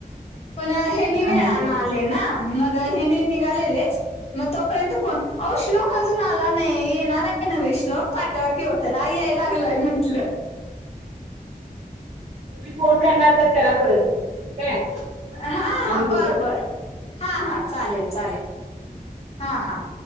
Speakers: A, on the left; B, on the right.
A: पण हेनी
B: हा,
A: वेळा
B: हा, हा.
A: न आले ना मग हेनि निघालेलेच मग तोपर्यंत फोन अहो श्लोक अजून आला नाही येणार आहे नवे श्लोक पाठवा की ओ त्याला याय लागलाय म्हंटलं
B: तुम्ही फोन करणार तर करा परत काय
A: आ हा हा
B: आणि
A: बरं
B: बोला
A: बर हा हा चालेल चालेल हा हा